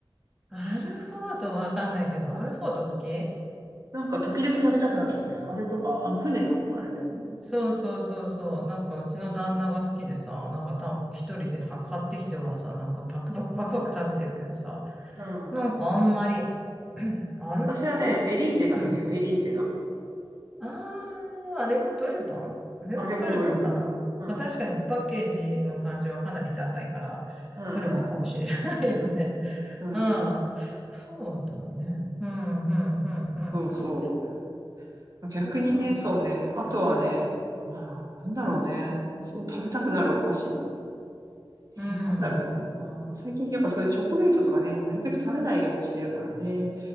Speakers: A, in the centre; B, on the right.
A: アルフォートわかんないけど、アルフォート好き
B: なんか時々食べたくなるんだよね。あれとか、あの船のあれだよね。
A: そうそうそうそう。なんかうちの旦那が好きでさ、なんかた、一人では買ってきてはさ、なんかバクバクバクバク食べてるけどさ、
B: うん。
A: なんかあんまり、
B: うん
A: <clears throat> うんアルフォー、
B: 私はね、エリーゼが好きよ。
A: うん。
B: エリーゼが。
A: あー、あれもブルボンあれもブルボンかな。
B: あれもブルボン。
A: まあ確かにパッケージの感じはかなりダサいから、
B: うん。
A: ブルボンかもしれないよね。
B: うん
A: <laughs>
B: うん。
A: うん。
B: うん。
A: そうだね。うん、うん、うん、うん、
B: そうそ
A: うん。あ
B: う。逆にね、
A: と、
B: そうね。あとはね、まあ、なんだろうね。そう、食べたくなるお菓子。えー、
A: うん。
B: なんだろうね。まあ、最近やっぱそういうチョコレートとかね、なるべく食べないようにしてるからね。